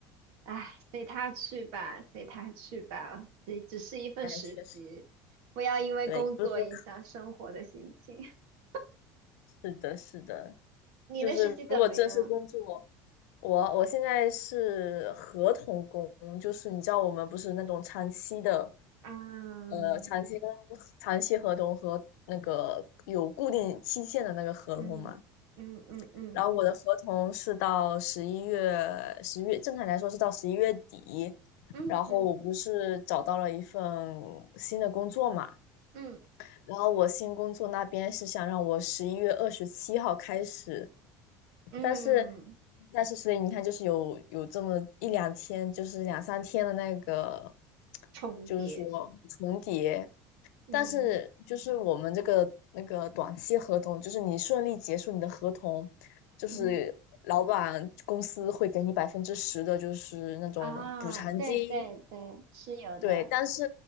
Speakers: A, on the right; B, on the left.
A: 唉，随他去吧，随他去吧，这只是一份实习，
B: 哎，确实，
A: 不要因为工作影响生活的心情。
B: 对，不是说
A: <laughs>
B: 是的，是的，
A: 你的实习怎么样？
B: 就是如果正式工作。我我现在是合同工，就是你知道我们不是那种长期的，
A: 嗯
B: 呃，长期工、长期合同和那个有固定期限的那个合同嘛。
A: 嗯嗯嗯嗯
B: 然后我的合同是到十一月，十月正常来说是到十一月底。
A: 嗯嗯
B: 然后我不是找到了一份新的工作嘛，
A: 嗯
B: 然后我新工作那边是想让我十一月二十七号开始，
A: 嗯，
B: 但是但是，所以你看，就是有有这么一两天，就是两三天的那个，
A: 重叠。
B: 就是说重叠。
A: 嗯
B: 但是就是我们这个那个短期合同，就是你顺利结束你的合同，就是老板公司会给你百分之十的，
A: 嗯
B: 就是那种补偿金。
A: 啊，对对对，是有的，
B: 对，但是